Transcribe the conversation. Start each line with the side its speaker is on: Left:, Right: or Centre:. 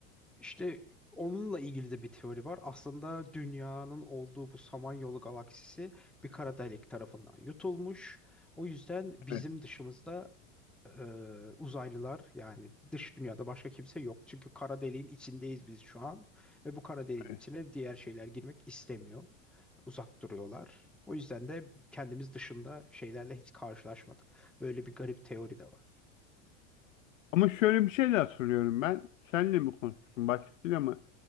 Centre: İşte onunla ilgili de bir teori var. Aslında dünyanın olduğu bu Samanyolu galaksisi bir kara delik tarafından yutulmuş. O yüzden bizim
Left: Evet,
Centre: dışımızda e, uzaylılar yani dış dünyada başka kimse yok. Çünkü kara deliğin içindeyiz biz şu an ve bu kara deliğin
Left: evet.
Centre: içine diğer şeyler girmek istemiyor. Uzak duruyorlar. O yüzden de kendimiz dışında şeylerle hiç karşılaşmadık. Böyle bir garip teori de var.
Left: Ama şöyle bir şey de hatırlıyorum ben. Senle mi konuşmuştun başkasıyla mı?